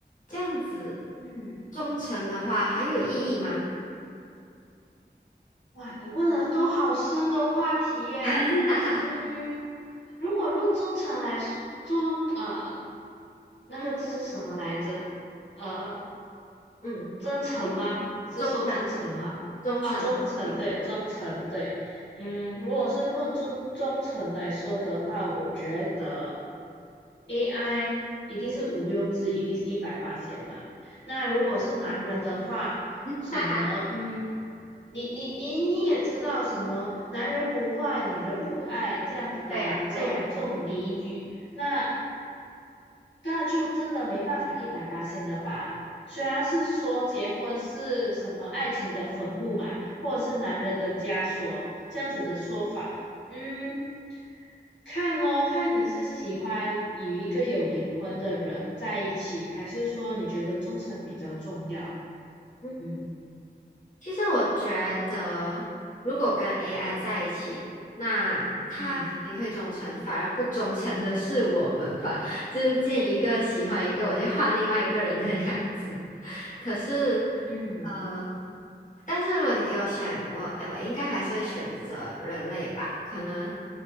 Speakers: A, on the left; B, on the left.
A: 这样子
B: 嗯，
A: 忠诚的话还有意义吗？
B: 哇，你问了都好深的话题耶。
A: <laughs>
B: 嗯，如果论忠诚来说，呃，那个字是什么来着？
A: 嗯
B: 呃。
A: 嗯，
B: 真诚吗？你是说真诚吗？
A: 忠诚，忠诚，
B: 啊，忠诚，
A: 忠诚。
B: 对，忠诚，
A: 嗯，
B: 对。嗯，如果是论忠忠诚来说的话，我觉得 AI 一定是毋庸置疑，一定是一百八千嘛。那如果是男人的话，
A: <laughs>
B: 什么，嗯，你你你你也知道什么，男人不坏，女人不爱这样子的这种这种俚语，
A: 对呀，对呀。
B: 那。那就真的没办法一百八十了吧？虽然是说结婚是什么爱情的坟墓嘛，或者是男人的枷锁这样子的说法，嗯，看哦，看你是喜欢与一个有灵魂的人在一起，还是说你觉得忠诚比较重要？
A: 嗯
B: 嗯
A: 其实我觉得，如果跟 AI 在一起，那他肯定会忠诚，
B: 嗯
A: 反而不忠诚的是我们吧？就是见一个喜欢一个，我就换另外一个人的样子。可是，
B: 嗯
A: 呃，但是如果你给我选，我诶我应该还是会选择人类吧。可能，